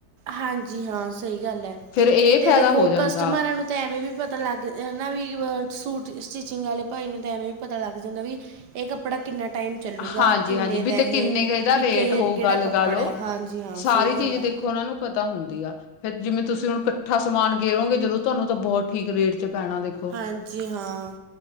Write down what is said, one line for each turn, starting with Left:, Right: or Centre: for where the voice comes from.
Right: ਹਾਂਜੀ ਹਾਂ ਸਹੀ ਗੱਲ ਐ।
Left: ਫੇਰ ਇਹ
Right: ਤੇ
Left: ਫਾਇਦਾ
Right: ਦੇਖੋ
Left: ਹੋ ਜਾਂਦਾ
Right: ਕਸਟਮਰਾਂ ਨੂੰ ਤੇ ਐਵੇਂ ਵੀ ਪਤਾ ਲੱਗ ਅ ਨਾ ਵੀ ਅ ਸੂਟ ਸਟੀ ਚਿੰਗ ਆਲੇ ਭਾਈ ਨੂੰ ਤਾਂ ਐਵੇਂ ਵੀ ਪਤਾ ਲੱਗ ਜਾਂਦਾ ਵੀ ਇਹ ਕੱਪੜਾ ਕਿੰਨਾ ਟਾਈਮ ਚੱਲੂਗਾ।
Left: ਹਾਂਜੀ
Right: ਕਿੰਨੇ
Left: ਹਾਂਜੀ ਵੀ
Right: ਦਾ
Left: ਤੇ
Right: ਇਹ,
Left: ਕਿੰਨੇ ਕੁ ਇਹਦਾ
Right: ਬਿ
Left: ਰੇਟ
Right: ਕੇਹ
Left: ਹੋਊਗਾ
Right: ਕਿਹੜਾ
Left: ਲਗਾ
Right: ਕੱਪੜਾ
Left: ਲੋ
Right: ਐ, ਹਾਂਜੀ ਹਾਂ,
Left: ਸਾਰੀ
Right: ਸਹੀ ਗੱਲ
Left: ਚੀਜ਼
Right: ਐ।
Left: ਦੇਖੋ ਉਹਨਾਂ ਨੂੰ ਪਤਾ ਹੁੰਦੀ ਆ ਫੇਰ ਜਿਵੇਂ ਤੁਸੀਂ ਹੁਨ ਇਕੱਠਾ ਸਮਾਨ ਗੇਰੋਗੇ ਜਦੋਂ ਤੁਹਾਨੂੰ ਤਾਂ ਬੋਹਤ ਠੀਕ ਰੇਟ ਚ ਪੈਣਾ ਵੇਖੋ,
Right: ਹਾਂਜੀ ਹਾਂ